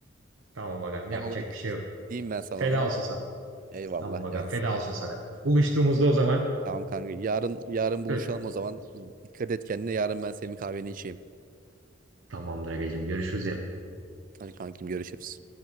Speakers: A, on the right; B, on the right.
A: Tamam agam
B: Sen
A: yapacak
B: ona bir-
A: bir şey yok.
B: diyeyim ben sana
A: Feda
B: ona.
A: olsun sana.
B: Eyvallah.
A: Tamam agam
B: Yaz.
A: feda olsun sana. Buluştuğumuzda o zaman.
B: Tamam kanka. Yarın yarın buluşalım
A: Ö-
B: o zaman. Dikkat et kendine. Yarın ben senin kahveni içeyim.
A: Tamamdır agacığım görüşürüz yarın.
B: Hadi kankim görüşürüz.